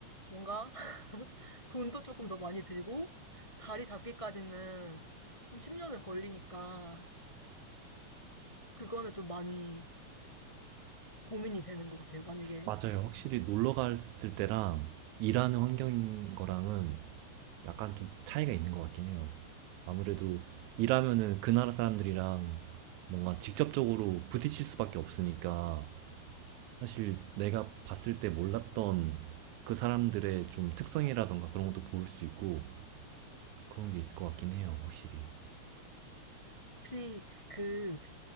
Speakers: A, on the left; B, on the right.
A: 뭔가 <laughs> 돈도 조금 더 많이 들고, 자리 잡기까지는 한 10년은 걸리니까, 그거는 좀 많이 고민이 되는 것 같아요. 만약에,
B: 맞아요. 확실히 놀러 갔을 때랑 일하는 환경인 거랑은 약간 좀 차이가 있는 것 같긴 해요. 아무래도 일하면은 그 나라 사람들이랑 뭔가 직접적으로 부딪힐 수밖에 없으니까 사실 내가 봤을 때 몰랐던 그 사람들의 좀 특성이라던가 그런 것도 볼 수 있고 그런 게 있을 것 같긴 해요, 확실히.
A: 혹시 그